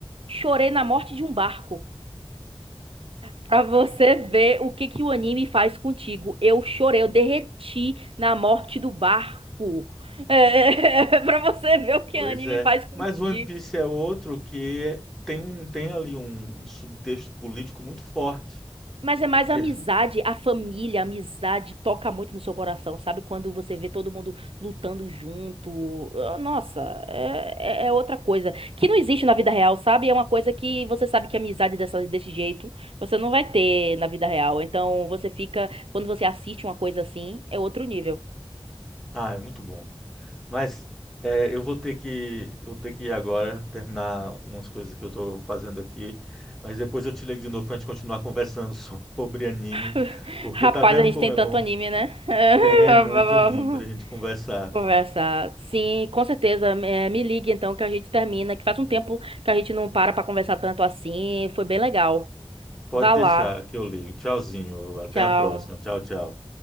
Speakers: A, on the right; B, in the centre.
A: Chorei na morte de um barco. Pra você ver o que que o anime faz contigo. Eu chorei, eu derreti na morte do barco. É, <laughs> pra você ver o que
B: Pois
A: o anime
B: é,
A: faz contigo.
B: mas One Piece é outro que tem, um, tem ali um um subtexto político muito forte.
A: Mas é mais
B: Que,
A: a amizade,
B: <laughs>
A: a família, a amizade toca muito no seu coração, sabe? Quando você vê todo mundo lutando junto. Ah, Nossa, é, é é outra coisa. Que não existe na vida real, sabe? É uma coisa que você sabe que amizade dessa, desse jeito você não vai ter na vida real. Então você fica, quando você assiste uma coisa assim, é outro nível.
B: ah, é muito bom. Mas é, eu vou ter que, eu ter que ir agora terminar umas coisas que eu estou fazendo aqui, mas depois eu te ligo de novo para a gente continuar conversando <laughs> sobre anime,
A: <laughs>
B: porque
A: Rapaz,
B: tá vendo
A: a gente
B: como
A: tem
B: é
A: tanto
B: bom?
A: anime, né? <laughs>
B: Tem, é muito anime para a gente conversar.
A: Conversar. Sim, com certeza. É, me ligue então que a gente termina, que faz um tempo que a gente não para pra conversar tanto assim. Foi bem legal.
B: Pode
A: Vá
B: deixar
A: lá.
B: que eu ligo. Tchauzinho, até
A: Tchau.
B: a próxima. Tchau, tchau.